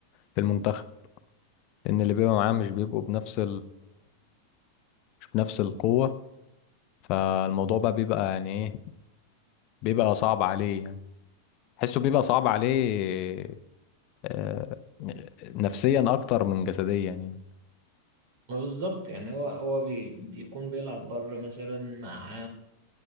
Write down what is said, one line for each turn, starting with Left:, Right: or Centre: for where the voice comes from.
Left: في المنتخب ان اللي بيبقى معاه مش بيبقوا بنفس مش بنفس القوة فالموضوع بقى بيبقى يعني ايه بيبقى صعب عليه يعني حسه بيبقى صعب عليه آه، نفسيا اكتر من جسديا يعني
Right: ما بالظبط يعني هو هو بي- بيكون بيلعب بره مثلا مع